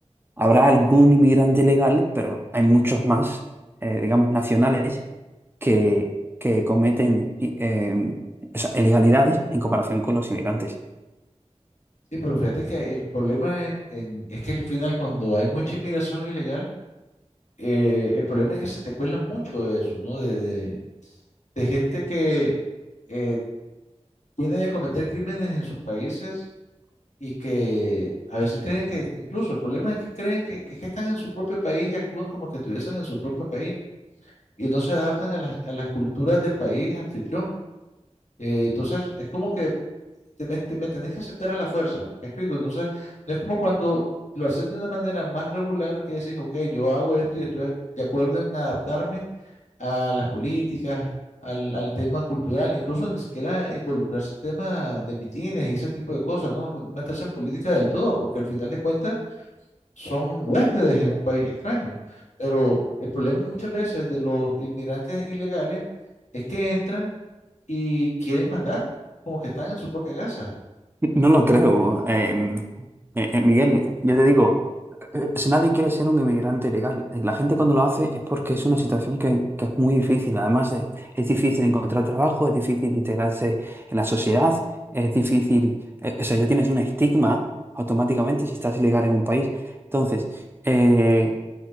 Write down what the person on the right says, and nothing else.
Habrá algún inmigrante legal, pero hay muchos más, eh, digamos, nacionales que, que cometen i- eh, o sea, ilegalidades en comparación con los inmigrantes.
No lo creo. em, eh, eh, Miguel, yo te digo, eh, si nadie quiere ser un inmigrante legal. Eh, La gente cuando lo hace es porque es una situación que, que es muy difícil. Además, de- es difícil encontrar trabajo, es difícil integrarse en la sociedad, es difícil, eh, o sea, ya tienes un estigma automáticamente si estás ilegal en un país. Entonces, eh,